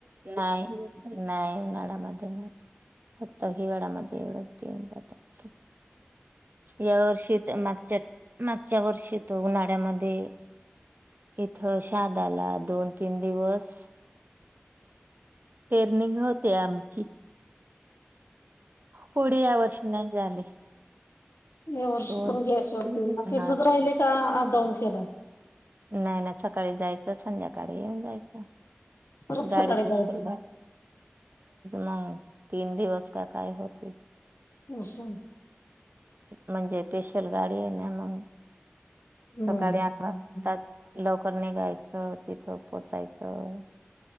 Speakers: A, on the right (about 50°); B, on the left (about 75°).
A: नाय नाय उन्हाळ्यामध्ये नाही होणार. फक्त हिवाळ्यामध्ये एवढंच घेऊन जातात. या वर्षी मागच्याग च्या वर्षी तर उन्हाळ्यामध्ये इथ शहादाला दोन तीन दिवस. टेनिंग होते आमची. पुढे या वर्षी नाही झाले
B: वर्ष
A: दोन
B: पण घ्यायचं होतं मग तिथच
A: हा
B: राहिले का अपडाऊन केला.
A: नाही नाही सकाळी जायचं संध्याकाडी येऊन जायचं.
B: परत
A: <unintelligible>
B: सकाळी जायचं
A: मंग तीन दिवस का काय होती.
B: <unintelligible>
A: म्हणजे स्पेशल गाडी आहे ना मग.
B: हम्म
A: सकाडी आठ वाजतात. लवकर निघायचं तिथं पोचायचं